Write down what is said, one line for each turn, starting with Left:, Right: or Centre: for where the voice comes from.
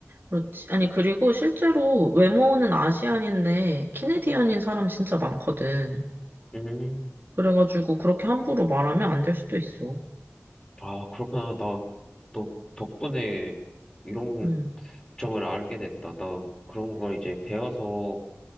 Right: 그렇지. 아니, 그리고 실제로 외모는 아시안인데, 캐네디언인 사람 진짜 많거든.
Left: 음,
Right: 그래가지고, 그렇게 함부로 말하면 안 될 수도 있어.
Left: 아, 그렇구나. 나, 너 덕분에 이런
Right: 음,
Left: 점을 알게 됐다. 나 그런 걸 이제 배워서